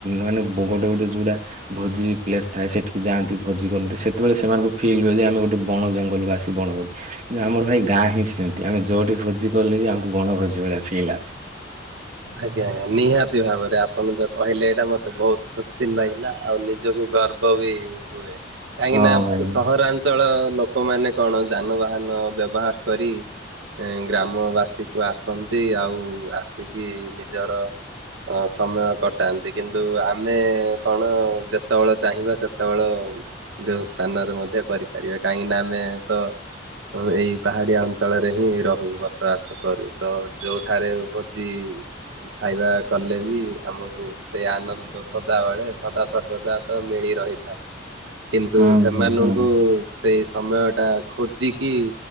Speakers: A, on the right (about 35°); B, on the right (about 70°).
A: ମାନେ ଗୋଟେ ଗୋଟେ ଯଉଡା ଭୋଜି ପ୍ଲେସ ଥାଏ ସେଠିକି ଯାଆନ୍ତି ଭୋଜି କରନ୍ତି ସେତେବେଳେ ସେମାନଙ୍କୁ ଫିଲ୍ ହୁଏ ଯେ ଆମେ ଗୋଟେ ବଣ ଜଙ୍ଗଲକୁ ଆସେ। ବଣଭୋଜି କିନ୍ତୁ ଆମର ଭାଇ ଗାଁ ହିଁ ସେମିତି ଆମେ ଯୋଉଠି ଭୋଜି କଲେ ବି ଆମକୁ ବଣ ଭୋଜି ଭଳିଆ ଫିଲି ଆସେ।
B: ଆଜ୍ଞା ଆଜ୍ଞା ନିହାତି ଭାବରେ ଆପଣ ଯଉ କହିଲେ ଏଇଟା ମୋତେ ବହୁତ ଖୁସି ଲାଗିଲା ଆଉ ନିଜକୁ ଗର୍ବ ବି ହୁଏ କାହିଁକି
A: ହଁ
B: ନା
A: ଭାଇ
B: ସହରାଞ୍ଚ ଅଞ୍ଚଳ ଲୋକମାନୋନ କଣ ଯାନବାହାନ ବ୍ୟବହାର କରି ଗ୍ରାମ ବାସୀକୁ ଆସନ୍ତି ଆଉ ଆସିକି ନିଜର ଅ ସମୟ କଟାନ୍ତି କିନ୍ତୁ ଆମେ କଣ ଯେତେବେଳେ ଚାହିଁବା ସେତେବେଳ ଯେଉଁ ସ୍ଥାନରେ ମଧ୍ୟ କରିପାରିବା କାହିଁକିନା ଆମେ ତ ଏଇ ପାହାଡିଆ ଅଞ୍ଚଳରେ ହିଁ ରହୁ ବସବାସ କରୁ ତ ଯୋଉଠାରେ ଚି। ଖାଇବା କଲେ ବି ଆମକୁ ସେଇ ଆନନ୍ଦ ସଦାବେଳେ ସଦା ସର୍ବଦା ତ ମିଳି ରହିଥାଏ କିନ୍ତୁ
A: ହୁଁ
B: ସେମାନଙ୍କୁ
A: ହୁଁ ହୁଁ
B: ସେଇ ସମୟ ଟା ଟା ଖୋଜିକି